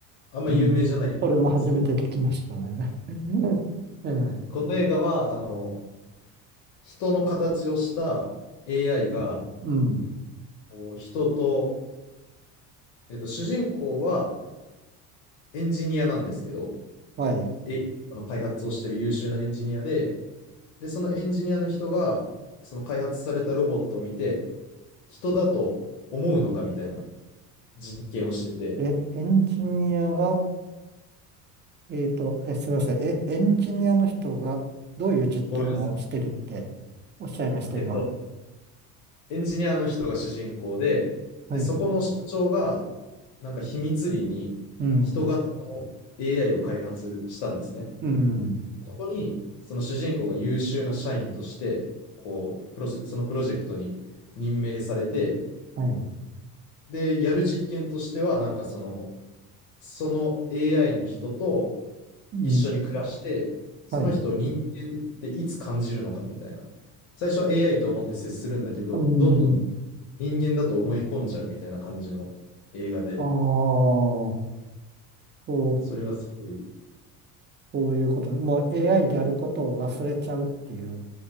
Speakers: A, on the left (about 80°); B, on the right (about 25°).
A: あんま有名じゃないんですけど
B: うんそれも初めて聞きましたね。<laughs> ええ。
A: この映画は、あの、人の形をした AI
B: うん。
A: が、
B: うん。
A: こう人と、えっと、主人公はエンジニアなんですけど、
B: はい。
A: え i の開発をしている優秀なエンジニアで、で、そのエンジニアの人が、その開発されたロボットを見て、人だと思うのかみたいな実験をしてて、
B: え、エンジニアが、えっと、え、すみません。え、エンジニアの人がどういう実験をしてるって
A: ごめんなさい。
B: おっしゃいました、
A: えっと、
B: 今。
A: エンジニアの人が主人公で、
B: はい。
A: で、そこの社長が、なんか秘密裏に人型の
B: うん。
A: AI を開発したんですね。
B: うん。
A: そこに、その主人公が優秀な社員として、こう、プロジェそのプロジェクトに任命されて、
B: はい。
A: で、やる実験としては、なんかその、その AI の人と
B: うん。
A: 一緒に暮らして、その人を人間っていつ感じるのかみたいな。
B: はい。
A: 最初は AI と思って接するんだけど、
B: うん。
A: どんどん人間だと思い込んじゃうみたいな感じの映画で、
B: ああ、そう
A: それがすごい、
B: そういうこと、もう AI であることを忘れちゃうっていう、